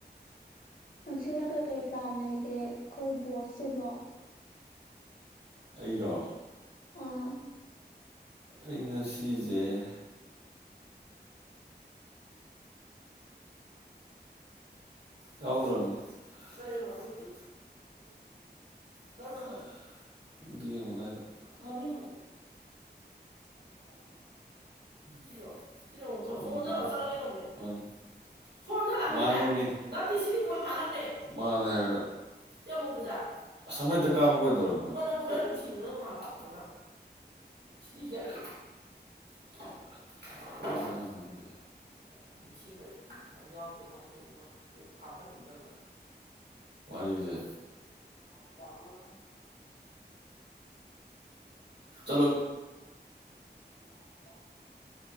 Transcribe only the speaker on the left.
ꯉꯁꯤꯅ ꯀꯩꯀꯩ ꯄ꯭ꯂꯥꯟ ꯂꯩꯒꯦ ꯈꯣꯏ ꯕꯣꯁꯁꯤꯕꯣ
ꯑꯥ
<inaudible>
<inaudible>
<inaudible>
<inaudible>